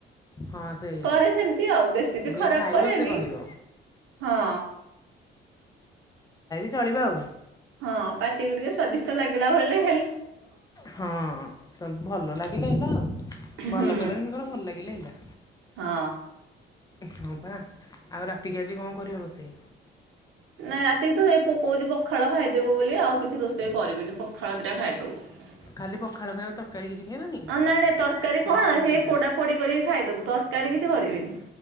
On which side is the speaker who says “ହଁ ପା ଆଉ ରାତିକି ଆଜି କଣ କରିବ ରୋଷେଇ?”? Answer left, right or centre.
Left